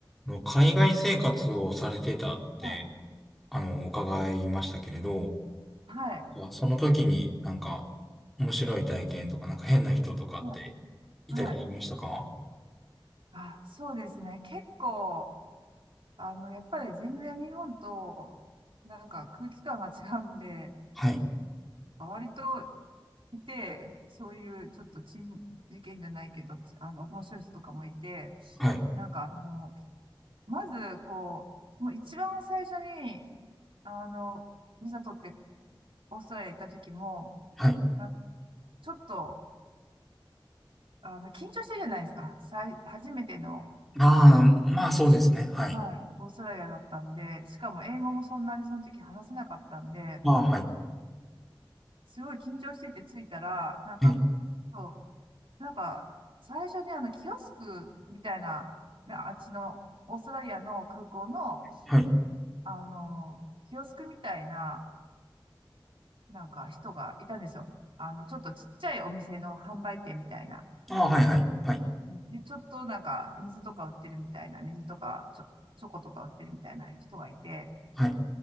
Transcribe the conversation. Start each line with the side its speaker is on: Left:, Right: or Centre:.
Centre: あの海外生活をされてたって、
Right: はい、
Centre: あの、伺いましたけれど、
Right: はい、
Centre: その時になんか面白い体験とか、なんか変な人とかって
Right: はい、
Centre: いたりしましたか
Right: はい。あ、そうですね。結構、あの、やっぱり全然日本と、なんか空気感が違うんで、
Centre: はい。
Right: 割といて、そういうちょっと珍事件じゃないけど、あの、面白い人とかもいて、
Centre: はい。
Right: なんかあの、まず、こう、もう一番最初に、あの、ビザ取ってオーストラリア行った時も、
Centre: はい。
Right: なんかちょっと、あの、緊張してるじゃないですか。さい、初めての。
Centre: ああ、まあそうですね。はい。
Right: はい、オーストラリアだったんで、しかも英語もそんなにその時話せなかったんで、
Centre: ああ、はい。
Right: すごい緊張してて着いたら、なんか、
Centre: はい。
Right: そう、なんか、最初にあの、キオスクみたいな、なあっちの、オーストラリアの空港の、
Centre: はい。
Right: あの、キオスクみたいな、なんか人がいたんですよ。あの、ちょっとちっちゃいお店の販売店みたいな。
Centre: ああ、はい、はい。はい。
Right: うんで、ちょっとなんか、水とか売ってるみたいな、水とか、ちょ、チョコとか売ってるみたいな人がいて、
Centre: はい。